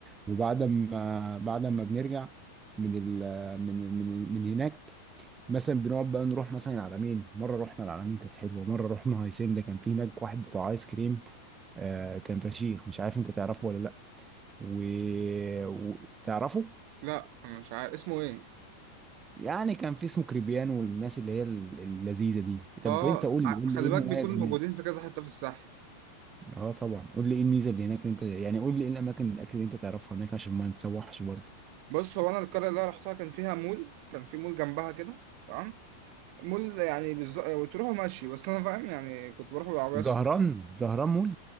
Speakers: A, on the right (about 20°); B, on the right (about 45°).
A: وبعد ما بعد ما بنرجع من ال من من من هناك مثلا بنقعد بقى نروح مثلا العلمين مره رحنا العلمين كانت حلوه مره رحنا هيسنده كان في هناك واحد بتاع ايس كريم آه كان فشيخ مش عارف انت تعرفه ولا لا و... وتعرفه
B: لا انا مش عارف اسمه ايه؟
A: يعني كان في اسمه كريبيانو والناس اللي هي ال- اللذيذه دي طب
B: اه
A: انت قول لي
B: ع-
A: قول
B: خلي
A: لي ايه المميز
B: بالك بيكونوا
A: هناك
B: موجودين في كذا حتة في الساحل
A: اه طبعا قول لي ايه الميزه اللي هناك اللي انت يعني قول لي ايه الاماكن الاكل اللي انت تعرفها هناك عشان ما نتسوحش برضه
B: بص هو انا القريه اللي أنا رحتها كان فيها مول كان في مول جنبها كده تمام مول يعني بالظبط تروحوا ماشي بس انا فاهم يعني كنت بروح بالعربيه س-
A: زهران زهران مول